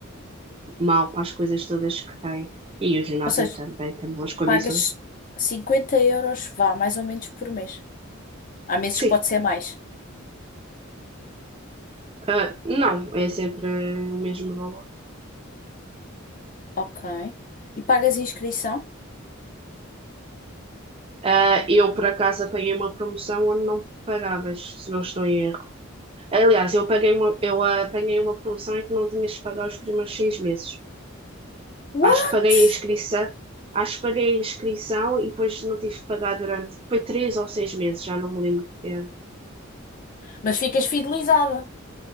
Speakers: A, on the right; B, on the left.
A: mal para as coisas todas que tem. E o ginásio
B: Ou seja,
A: também tem boas condições.
B: pagas 50 euros, vá, mais ou menos por mês. Há meses
A: Sim,
B: que pode ser mais.
A: ah, não, é sempre o mesmo valor.
B: Ok. E pagas inscrição?
A: Ah, eu, por acaso, apanhei uma promoção onde não pagavas, se não estou em erro. Aliás, eu, paguei uma, eu apanhei uma promoção em que não tinhas de pagar os primeiros seis meses.
B: What?
A: Acho que paguei a inscrição, acho que paguei a inscrição e depois não tive que pagar durante, foi três ou seis meses, já não me lembro. É.
B: Mas ficas fidelizada.